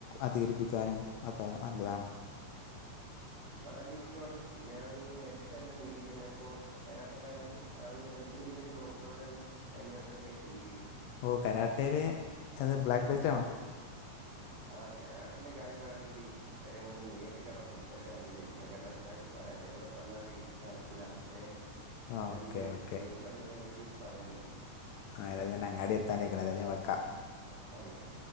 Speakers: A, on the left; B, on the right.
A: അധികരിപ്പിക്കാനും ഒക്കെ നല്ലതാണ്
B: എനിക്കാണെ നല്ല ഇഷ്ടോണ് പിന്നേടാണ് ഈ ഹെൽത്ത് എല്ലാം മെയിൻ്റെയ്ൻ ചെയ്യണ ഞാൻ ഇപ്പോ കരാട്ടെക്കെ ആയോണ്ട് ആ ഒരു ഹെൽത്തിന്റെ വിഷയൊക്ക നോക്കണോണ്ട് തന്നെ <unintelligible> എടക്കെടക്ക് അത് ചെയ്യിപ്പിക്കും
A: ഓ കരാട്ടേല് അത് ബ്ലാക്ക് ബെൽറ്റ് ആണോ
B: ആഹ് കരാട്ടന്റെ കാര്യം പറയണെങ്കില് അത് നമ്മള് നേരിട്ട് കാണുമ്പാ സംസാരിക്കാൻ <unintelligible> കാരണം അത്യാവശ്യം പറയണ്ടേ ഇവ്ട പറഞ്ഞാല് നടക്കൂല ഏഹ്
A: ആ
B: ന്നാ
A: ഓക്കെ
B: പിന്നെ
A: ഓക്കെ
B: നേരിട്ട് കാണ്‌മ്പ ഇതിനപറ്റി പറയാം നമ്ക്ക്
A: ആതാ ഞാൻ അങ്ങാടി എത്താനായിക്കണത് അല്ലേ ഞാ വെക്കാം
B: ആയിക്കോട്ടെ